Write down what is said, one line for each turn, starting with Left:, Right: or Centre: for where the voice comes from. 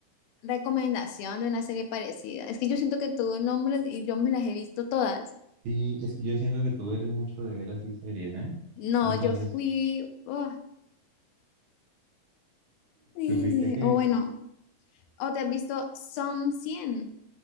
Left: recomendación de una serie parecida. Es que yo siento que tuvo nombres y yo me las he visto todas.
Right: Sí, es que yo siento que tú eres mucho de ver así series, ¿eh?
Left: No,
Right: Entonces,
Left: yo fui... oh, sí,
Right: tuviste que
Left: o bueno, o te has visto Som 100.